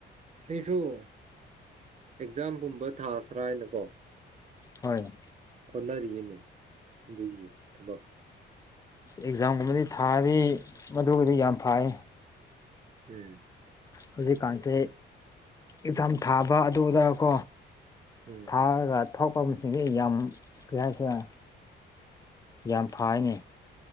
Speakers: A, on the right; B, on the left.
A: ꯑꯩꯁꯨꯣ ꯑꯦꯛꯖꯥꯝꯒꯨꯝꯕ ꯊꯥꯁ꯭ꯔꯥ ꯍꯥꯏꯅꯀꯣ
B: ꯍꯣꯏ
A: ꯍꯣꯠꯅꯔꯤꯉꯅꯤ ꯑꯗꯨꯒꯤ ꯊꯕꯛ
B: ꯑꯦꯛꯖꯥꯝꯒꯨꯝꯕꯗꯤ ꯊꯥꯗꯤ ꯃꯗꯨꯕꯨꯗꯤ ꯌꯥꯝ ꯐꯥꯏ
A: ꯎꯝ
B: ꯍꯧꯖꯤꯛꯀꯥꯟꯁꯦ ꯑꯦꯛꯖꯥꯝ ꯊꯥꯕ ꯑꯗꯨꯗꯀꯣ
A: ꯎꯝ
B: ꯊꯥꯔꯒ ꯑꯐꯥꯎ ꯄꯥꯕꯁꯤꯡꯁꯦ ꯑꯩ ꯌꯥꯝ ꯀꯔꯤ ꯍꯥꯏꯁꯤꯦ ꯌꯥꯝ ꯐꯅꯤ